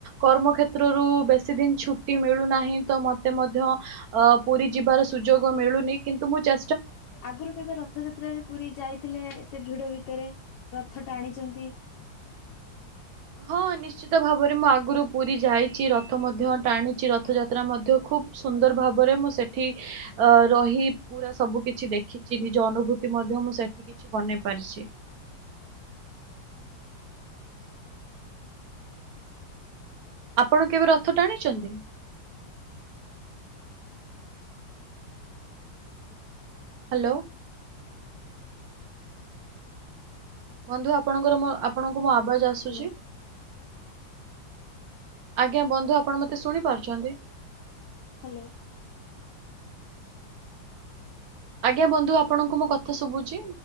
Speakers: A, on the right; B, on the left.
A: କର୍ମ କ୍ଷେତ୍ରରୁ ବେଶୀ ଦିନ ଛୁଟି ମିଳୁନାହିଁ ତ ମତେ ମଧ୍ୟ ଅ ପୁରୀ ଯିବାର ସୁଯୋଗ ମିଳୁନି। କିନ୍ତୁ ମୁଁ ଚେ
B: ଆଗରୁ କେବେ ରଥଯାତ୍ରାରେ ପୁରୀ ଯାଇଥିଲେ ଏତେ ଭିଡ ଏ ତେରେ ରଥ ଟାଣିଛନ୍ତି।
A: ହଁ ନିଶ୍ଚିତ ଭାବରେ ମୁଁ ଆଗରୁ ପୁରୀ ଯାଇଛି ରଥ ମଧ୍ୟ ଟାଣିଛି ରଥଯାତ୍ରା ମଧ୍ୟ ଖୁବ ସୁନ୍ଦର ଭାବରେ ମୁଁ ସେଠି ଅ ରହି ପୁରା ସବୁ କିଛି ଦେଖିଛି ନିଜ ଅନୁଭୂତି ମଧ୍ୟ ମୁଁ ସେଠି କିଛି ବନେଇ ପାରିଛି।
B: <inaudible>
A: ଆପଣ କେବେ ରଥ ଟାଣିଛନ୍ତି? ହାଲୋ। ବନ୍ଧୁ ଆପଣଙ୍କର ମୋ ଆପଣଙ୍କୁ ମୋ ଆବାଜ ଆସୁଛି?
B: ହ୍ୟାଲୋ।
A: ଆଜ୍ଞା ବନ୍ଧୁ ଆପଣ ମତେ ଶୁଣି ପାରୁଛନ୍ତି?
B: ହାଲୋ।
A: ଆଜ୍ଞା ବନ୍ଧୁ ଆପଣଙ୍କୁ ମୋ କଥା ଶୁଭୁଛି?